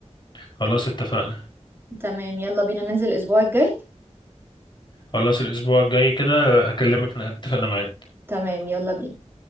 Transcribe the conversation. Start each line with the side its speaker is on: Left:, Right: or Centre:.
Left: خلاص اتفقنا
Right: تمام يلا بينا ننزل الاسبوع الجاي
Left: خلاص الاسبوع الجاي كده هكلمك نتفق انا معاه
Right: تمام يلا بينا